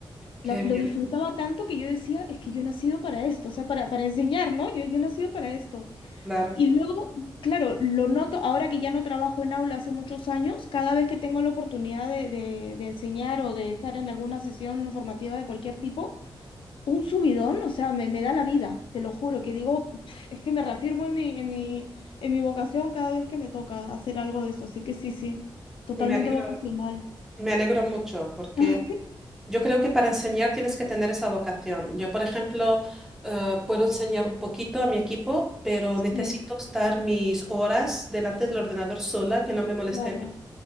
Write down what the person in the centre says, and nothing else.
Qué
bien,
claro.
Me alegro,
me alegro mucho porque
Yo creo que para enseñar tienes que tener esa vocación. Yo, por ejemplo, eh, puedo enseñar un poquito a mi equipo, pero
necesito estar mis horas delante del ordenador sola, que no me molesten,